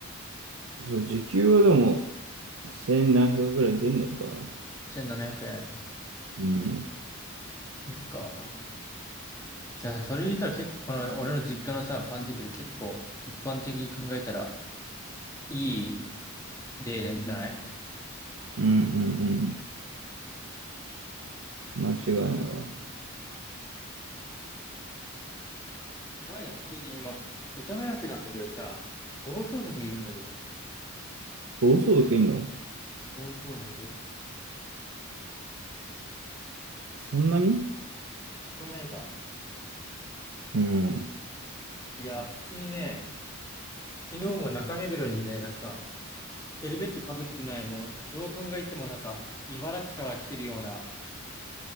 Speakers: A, on the right (about 65°); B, on the left (about 15°).
A: そう、時給はでも1700ぐらい出んのかな。
B: 1700円。
A: うん。
B: そっか。じゃあ、それ言ったら結構、この俺の実家のさ、パン作り結構、一般的に考えたら、いい例で、じゃない
A: うんうんうん。間違いないわ。
B: 前な、普通に今、世田谷区なんだけどさ、暴走族いるんだけど。
A: 暴走族いんの
B: 暴走族。
A: そんなに
B: 聞こえないか。
A: うん。
B: いや、普通にね、昨日も中目黒にね、なんか、ヘルメットかぶってない、もう、どう考えてもなんか、茨城から来てるような、